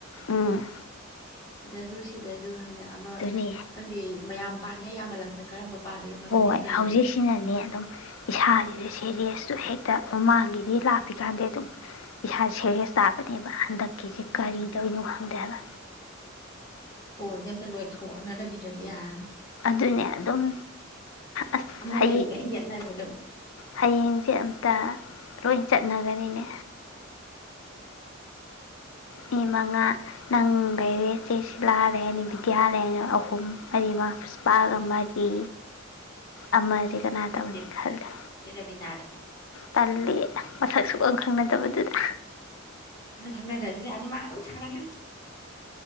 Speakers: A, on the left (about 75°); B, on the left (about 20°).
A: ꯎꯝ
B: ꯁꯤꯗꯥꯖꯨ ꯁꯤꯗꯥꯖꯨ ꯍꯥꯏꯅ ꯑꯃ
A: ꯑꯗꯨꯅꯤ
B: ꯈꯪꯗꯦ ꯃꯌꯥꯝ ꯄ ꯌꯥꯝꯃꯜꯅꯛꯇ ꯀꯔꯝꯕ ꯄꯥꯗꯣꯏꯅꯣ ꯈꯪꯗꯕꯤ
A: ꯍꯣꯏ
B: ꯑꯃ ꯂꯩꯕꯗꯣ
A: ꯍꯧꯖꯤꯛꯁꯤꯅꯅꯦ ꯑꯗꯨꯝ ꯏꯁꯥꯁꯤꯁꯨ ꯁꯦꯔꯤꯌꯁ ꯁꯨ ꯍꯦꯛꯇ ꯃꯃꯥꯡꯒꯤꯗꯤ ꯂꯥꯞꯄꯤ ꯀꯥꯟꯗ ꯑꯗꯨꯝ ꯏꯁꯥ ꯁꯦꯔꯤꯌꯁ ꯇꯥꯕꯅꯦꯕ ꯍꯟꯗꯛ ꯀꯤꯁꯦ ꯀꯔꯤꯇꯩꯅꯣ
B: ꯎꯝ
A: ꯍꯪ ꯗꯦ ꯍꯥꯕ
B: ꯀꯣꯜꯁꯦ ꯑꯝꯇ ꯂꯣꯏꯊꯣꯛ ꯅꯗꯒꯤꯗ꯭ꯔꯗꯤ ꯌꯥꯔꯔꯣꯏ
A: ꯑꯗꯨꯅꯦ ꯑꯗꯨꯝ ꯑꯁ
B: ꯑꯃ
A: ꯍꯌꯦꯡꯁꯦ
B: ꯂꯩꯔꯤꯒ ꯑꯩ ꯌꯦꯠꯅꯔꯦ ꯑꯗꯨꯝ
A: ꯍꯌꯦꯡꯁꯦ ꯑꯝ ꯇ ꯂꯣꯏ ꯆꯠꯅꯒꯅꯤꯅꯦ ꯃꯤ ꯃꯉꯥ ꯅꯪ ꯂꯩꯔꯦ ꯆꯦꯁꯤꯂꯥ ꯂꯩꯔꯅꯤ ꯕꯤꯗ꯭ꯌꯥ ꯂꯩꯔꯅꯤ ꯑꯍꯨꯝ ꯃꯔꯤ ꯃꯉꯥ ꯄꯥꯛ ꯑꯃꯒꯤ ꯑꯃꯖꯤ ꯀꯅꯥ ꯇꯧꯅꯤ
B: ꯆꯦ
A: ꯈꯜꯂꯣ
B: ꯆꯦ ꯔꯕꯤꯅꯥꯗ
A: ꯇꯜꯂꯤ ꯃꯁꯛ ꯁꯨꯛꯈꯪ ꯈꯪꯅꯗꯕꯗꯨꯗ
B: ꯃꯁꯛ ꯈꯪꯅꯗ꯭ꯔꯁꯨ ꯌꯥꯅꯤ ꯃꯥ ꯑꯗꯨꯝ ꯁꯥꯔꯛꯀꯅꯤ